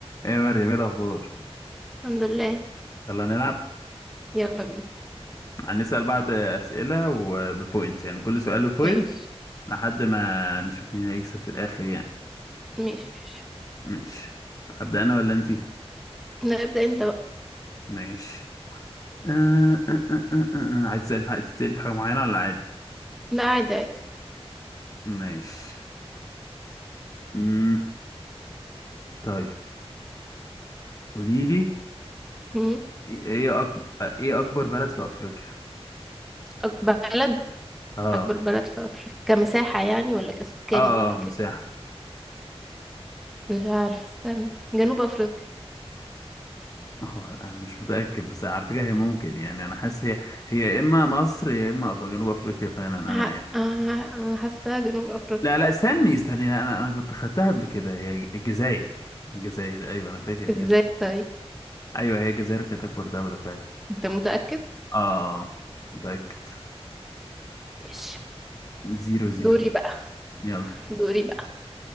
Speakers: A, on the left; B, in the centre.
A: ايه يا مريم ايه الاخبار
B: الحمد لله
A: يلا نلعب
B: يلا بينا
A: هنسال بعض اسئله وببوينت يعني كل سؤال ببوينت
B: ماشي
A: لحد ما نشوف مين هيكسب في الاخر يعني
B: ماشي ماشي
A: ماشي هبدا انا ولا انتي
B: لا ابدأ انت بقى
A: ماشي أه أه أه أه أه. آه. عايز تسالي في حاجه تسالي في حاجه معينه ولا عادي
B: لا عادي عادي
A: ماشي امم طيب قولي لي
B: مم.
A: ايه أكبر ايه اكبر بلد في افريقيا
B: أك- بلد
A: اه
B: أكبر بلد
A: اوكي
B: في أفريقيا كمساحة يعني ولا كسكان
A: اه
B: ولا ك
A: آه، مساحه
B: مش عارفة استنى جنوب أفريقيا
A: هو انا مش متاكد بس على فكره هي ممكن يعني انا حاسس هي هي يا اما مصر يا اما أف- جنوب افريقيا فعلا انا
B: ه...
A: يعني
B: آه، أنا حاسة جنوب أفريقيا
A: لا لا استني استني لا انا انا كنت خدتها قبل كده هي الجزائر الجزائر ايوه انا فاكر الجزائر
B: ازاي طيب
A: ايوه هي الجزائر كانت اكبر دولة فعلا
B: انت متأكد؟
A: اه متأكد
B: ماشي
A: زيرو زيرو
B: دوري بقى
A: يلا
B: دوري بقى